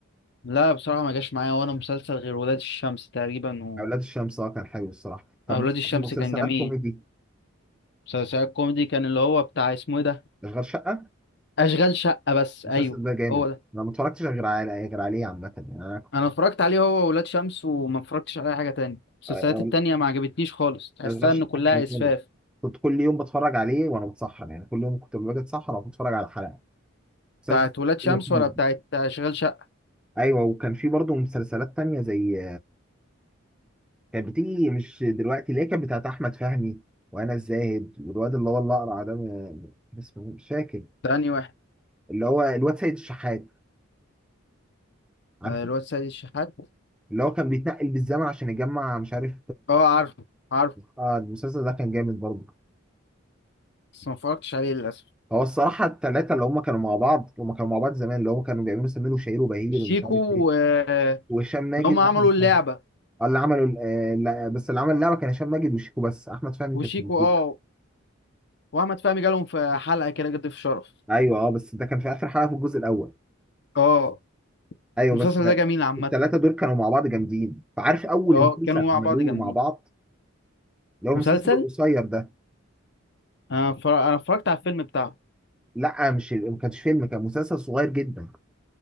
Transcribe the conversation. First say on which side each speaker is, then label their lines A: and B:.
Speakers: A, on the left; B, in the centre.
A: لا بصراحة ما جاش معايا وانا مسلسل غير ولاد الشمس تقريبا و
B: اولاد الشمس اه كان حلو الصراحه طب
A: اولاد
B: مثلا
A: الشمس
B: مسلسلات
A: كان جميل
B: كوميدي
A: مسلسل كوميدي كان اللي هو بتاع اسمه ايه ده
B: غير شقه
A: اشغال شقة بس
B: المسلسل
A: ايوه
B: ده جامد
A: هو
B: انا ما اتفرجتش غير على غير عليه عامه يعني انا
A: انا اتفرجت عليه هو وولاد شمس وما اتفرجتش على اي حاجه تاني المسلسلات
B: أول-
A: التانية ما عجبتنيش خالص تحسها
B: اشغال شقه
A: ان كلها
B: كان
A: اسفاف
B: جامد كنت كل يوم بتفرج عليه وانا بتسحر يعني كل يوم كنت باجي اتسحر او بتفرج على حلقه مسلسل
A: بتاعت ولاد شمس
B: حلو حلو
A: ولا بتاعت اشغال شقه
B: ايوه وكان في برضه مسلسلات تانية زي كانت بتيجي مش دلوقتي اللي هي كانت بتاعت احمد فهمي وانا الزاهد والواد اللي هو الاقرع ده م- كان اسمه إيه؟ مش فاكر
A: تاني واحد
B: اللي هو الواد سيد الشحات عارفه
A: آه، الواد سيد الشحات
B: اللي هو كان بيتنقل بالزمن عشان يجمع مش عارف
A: اه عارفه عارفه
B: اه المسلسل ده كان جامد برضه
A: بس ما اتفرجتش عليه للاسف
B: هو الصراحه الثلاثه اللي هم كانوا مع بعض هم كانوا مع بعض زمان اللي هم كانوا بيعملوا سمير وشهير وبهير
A: شيكو
B: ومش عارف ايه
A: آه،
B: وهشام ماجد
A: إن هم عملوا
B: واحمد
A: اللعبه
B: فهمي اه اللي عملوا ال- آه، لا، بس اللي عمل اللعبه كان هشام ماجد وشيكو بس احمد فهمي
A: وشيكو
B: ما كانش موجود
A: اه واحمد فهمي جالهم في حلقه كده جد في شرف
B: ايوه اه بس ده كان في اخر حلقه في الجزء الاول
A: اه
B: ايوه
A: المسلسل
B: بس
A: ده جميل عامه
B: الثلاثه دول كانوا مع بعض جامدين فعارف اول
A: اه
B: مسلسل
A: كانوا مع
B: عملوه
A: بعض جامدين
B: مع بعض اللي هو
A: مسلسل
B: المسلسل القصير ده
A: انا اتفرج- أنا اتفرجت على الفيلم بتاعه
B: لا مش ما كانش فيلم كان مسلسل صغير جدا